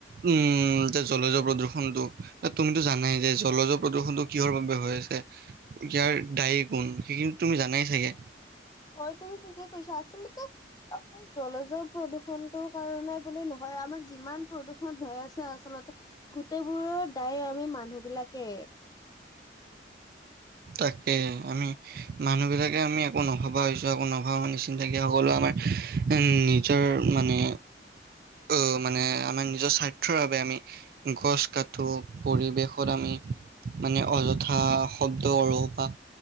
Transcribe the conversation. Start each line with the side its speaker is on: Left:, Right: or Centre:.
Right: উম এতিয়া জলজৰ প্ৰদূষণটো এ তুমিতো জানাই যে জলজ প্ৰদূষণটো কিহৰ বাবে হৈ আছে? ইয়াৰ দায়ী কোন, সেইখিনি তুমি জানাই চাগে
Left: হয় তুমি ঠিকে কৈছা আচলতে অকল জলজৰ প্ৰদূষণটোৰ কাৰণে বোলে নহয় আমাৰ যিমান প্ৰদূষণ হৈ আছে আচলতে গোটেইবোৰৰ দায়ী আমি মানুহ বিলাকে
Right: তাকে আমি মানুহবিলাকে আমি একো নভবা হৈছো একো নভাবা নিচিন্তাকে সকলো আমাৰ উম নিজৰ মানে অহ মানে আমাৰ নিজৰ স্বাৰ্থৰ বাবে আমি গছ কাটো, পৰিৱেশত আমি মানে অযথা শ ব্দ কৰো বা